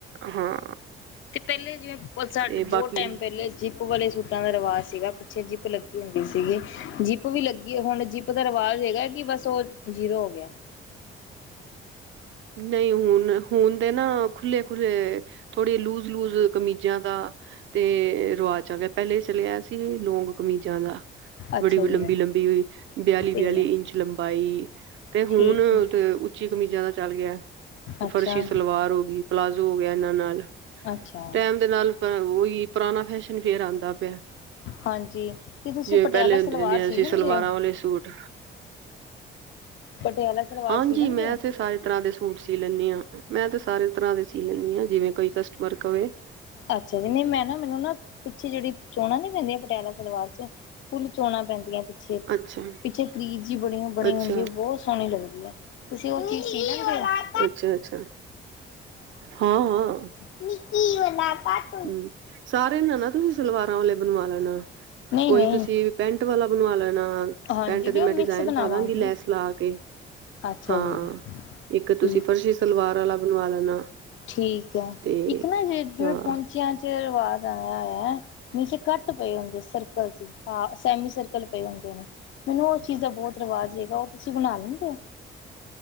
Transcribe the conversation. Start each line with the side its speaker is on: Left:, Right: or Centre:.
Right: ਹਾਂ।
Left: ਤੇ ਪਹਿਲੇ ਜਿਵੇਂ ਸਾਡੇ
Right: ਤੇ
Left: ਬਹੁਤ
Right: ਬਾਕੀ
Left: ਟੈਮ ਪਹਿਲੇ ਜਿਪ ਵਾਲੇ ਸੂਟਾਂ ਦਾ ਰਿਵਾਜ਼ ਸੀਗਾ, ਪਿੱਛੇ ਜਿਪ ਲੱਗੀ ਹੁੰਦੀ ਸੀਗੀ ਜਿਪ ਵੀ ਲੱਗੀ ਹੁਣ ਜਿਪ ਉਹਦਾ ਰਿਵਾਜ਼ ਹੈਗਾ ਕਿ ਬਸ ਉਹ ਜੀਰੋ ਹੋ ਗਿਆ।
Right: ਨਹੀਂ ਹੁਣ-ਹੁਣ ਤੇ ਨਾ ਖੁੱਲੇ-ਖੁੱਲ੍ਹੇ ਥੋੜੇ ਲੂਜ਼-ਲੂਜ਼ ਕਮੀਜ਼ਾਂ ਦਾ ਤੇ ਰਿਵਾਜ਼ ਆ ਗਿਆ ਪਹਿਲੇ ਸਿਲਿਆ ਸੀ ਲੌਂਗ ਕਮੀਜ਼ਾਂ ਦਾ।
Left: ਅੱਛਾ
Right: ਬੜੀ ਬ
Left: ਜੀ
Right: ਲੰਬੀ-ਲੰਬੀ, ਬਿਆਲੀ-ਬਿਆਲੀ
Left: ਤੇ
Right: ਇੰਚ ਲੰਬਾਈ। ਤੇ ਹੁਣ
Left: ਠੀਕ ਹੈ
Right: ਤੇ ਉੱਚੀ ਕਮੀਜ਼ਾਂ ਦਾ ਚੱਲ
Left: ਅੱਛਾ
Right: ਫਰਸ਼ੀ ਸਲਵਾਰ ਹੋ ਗਈ, ਪਲਾਜ਼ੋ ਹੋ ਗਿਆ ਇਹਨਾਂ ਨਾਲ,
Left: ਅੱਛਾ
Right: ਟੈਮ ਦੇ ਨਾਲ ਉਹੀ ਪਰਾਣਾ ਫੈਸ਼ਨ ਫੇ਼ਰ ਆਂਦਾ ਪਿਆ।
Left: ਹਾਂਜੀ ਤੇ ਤੁਸੀਂ
Right: ਜਿਵੇਂ
Left: ਪਟਿਆਲਾ
Right: ਪਹਿਲੇ
Left: ਸਲਵਾਰ
Right: ਹੁੰਦੇ-ਹੁੰਦੇਆਂ ਸੀ
Left: ਲੈਂਦੇ
Right: ਸਲਵਾਰਾਂ
Left: ਹੋ
Right: ਵਾਲੇ ਸੂਟ।
Left: ਪਟਿਆਲਾ ਸਲਵਾਰ
Right: ਹਾਂਜੀ,
Left: ਸੀ ਲੈਂਦੇ
Right: ਮੈਂ
Left: ਹੋ?
Right: ਤੇ ਸਾਰੇ ਤਰ੍ਹਾਂ ਦੇ ਸੂਟ ਸੀ ਲੈਂਨੀ ਆਂ, ਮੈਂ ਤੇ ਸਾਰੇ ਤਰ੍ਹਾਂ ਦੇ ਸੀ ਲੈਂਨੀ ਆਂ ਜਿਵੇਂ ਕੋਈ ਕਸਟਮਰ ਕਵੇ।
Left: ਅੱਛਾ ਜੀ, ਨੀ ਮੈਂ ਨਾ ਮੈਨੂੰ ਨਾ ਪਿੱਛੇ ਜਿਹੜੀ ਚੋਣਾਂ ਨੀ ਪੈਂਦੀਆਂ ਪਟਿਆਲਾ ਸਲਵਾਰ 'ਚ ਫੁੱਲ ਚੋਣਾਂ ਪੈਂਦੀਆਂ ਪਿੱਛੇ-ਪਿੱਛੇ
Right: ਅੱਛਾ,
Left: ਕਰੀਜ ਜੀ ਬਣੀ-ਬਣੀ
Right: ਅੱਛਾ,
Left: ਹੁੰਦੀ, ਉਹ ਬਹੁਤ ਸੋਹਣੀ ਲੱਗਦੀ ਐ। ਤੁਸੀਂ ਉਹ ਚੀਜ਼ ਸੀ ਲਦੇ ਓ।
Right: ਅੱਛਾ-ਅੱਛਾ, ਹਾਂ-ਹਾਂ।
Left: ਨਿੱ ਕਿ ਰੋਲਾ ਪਾਤ
Right: ਹੂੰ ਸਾਰੇ ਨੇ ਨਾ ਤੁਸੀਂ ਸਲਵਾਰਾਂ ਵਾਲੇ ਬਣਵਾ ਲੈਣਾ ਕੋਈ
Left: ਨਹੀਂ
Right: ਤੁਸੀਂ ਪੈਂਟ ਵਾਲਾ ਬਣਵਾ ਲੈਣਾ
Left: ਹਾਂਜੀ
Right: ਪੈਂਟ ਦੇ
Left: ਨਹੀਂ
Right: ਮੈਂ
Left: ਉਹ ਮਿਕਸ
Right: ਡਿਜ਼ਾਇਨ
Left: ਬਣਾਵਾਂਗੀ।
Right: ਪਾ ਦਾਂਗੀ ਲੈਸ ਲਾ ਕੇ।
Left: ਅੱਛਾ
Right: ਹਾਂ
Left: ਜੀ!
Right: ਇੱਕ ਤੁਸੀਂ
Left: ਠੀਕ
Right: ਫਰਸ਼ੀ ਸਲਵਾਰ ਵਾਲਾ ਬਣਵਾ ਲੈਣਾ।
Left: ਠੀਕ ਐ,
Right: ਤੇ
Left: ਇੱਕ ਨਾ ਜੇ ਜਿਵੇਂ
Right: ਹਾਂ
Left: ਪਹੁੰਚਿਆਂ 'ਚ ਰਿਵਾਜ਼ ਆਇਆ ਹੋਇਆ। ਨੀਚੇ ਕਟ ਪਏ ਹੁੰਦੇ ਸਰਕਲ ਜੇ ਹਾਂ, ਸੈਮੀ ਸਰਕਲ ਪਏ ਹੁੰਦੇ ਨੇ। ਮੈਨੂੰ ਉ ਚੀਜ਼ ਦਾ ਬਹੁਤ ਰਿਵਾਜ ਹੈਗਾ ਉ ਤੁਸੀਂ ਬਣਾ ਲੈਂਦੇ ਓ?